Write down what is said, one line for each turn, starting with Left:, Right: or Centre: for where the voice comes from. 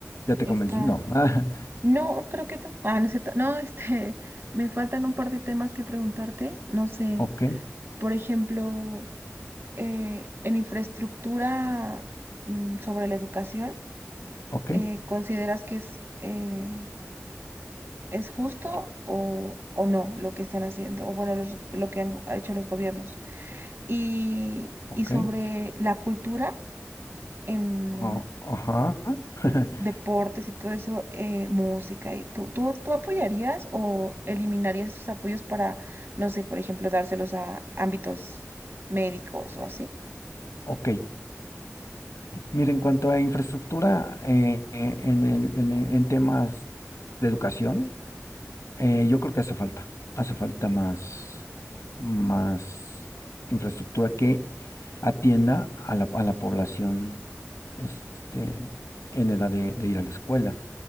Left: ¿Ya te
Right: está.
Left: convencí? No. <laughs>
Right: No, creo que no. Ah, no es cierto. No, este, <laughs> me faltan un par de temas que preguntarte. No sé,
Left: Ah, ok,
Right: por ejemplo, eh, en infraestructura mm, sobre la educación,
Left: ok,
Right: eh, ¿consideras que es eh, ¿Es justo
Left: que-
Right: o, o no lo que están haciendo? O bueno, los- lo que han go- hecho los gobiernos. Y,
Left: ok,
Right: y sobre la cultura, em,
Left: oh, ajá. <laughs>
Right: mm, deportes y todo eso, eh, música, y ¿tú, tú, tú apoyarías o eliminarías esos apoyos para, no sé, por ejemplo, dárselos a ámbitos médicos o así?
Left: Ok. Mira en cuanto a infraestructura eh, eh, en el, en, en temas de educación, Eh, yo creo que hace falta, hace falta más, más infraestructura que atienda a la, a la población este, en edad de, de ir a la escuela.